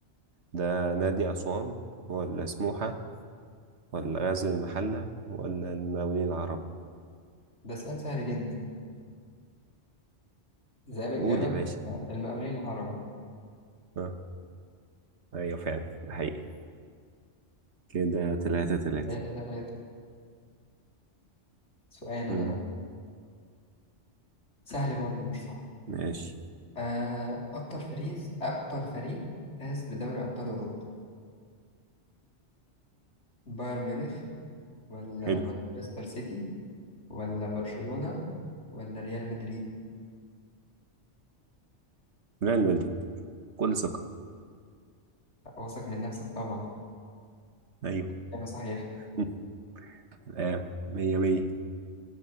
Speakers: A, on the right; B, on the left.
A: ده نادي أسوان ولا سموحة ولا غزل المحلة ولا المقاولين العرب
B: ده سؤال سهل جدا ذئاب الجبل
A: قول يا باشا
B: المقاولين العرب
A: <laughs> آه، ايوه فعلا ده حقيقي كده تلاتة تلاتة
B: 3 3 سؤال أنا
A: مم.
B: بقى سهل برضه مش صعب
A: ماشي
B: آه، أكتر فريز أكتر فريق فاز بدوري أبطال أوروبا بايرن ميونخ ولا
A: حلو
B: مانشستر سيتي ولا برشلونة ولا ريال مدريد
A: لا المدريد كل ثقة
B: واثق من نفسك طبعا
A: أيوه
B: إجابة صحيحة
A: مم. الآن مية مية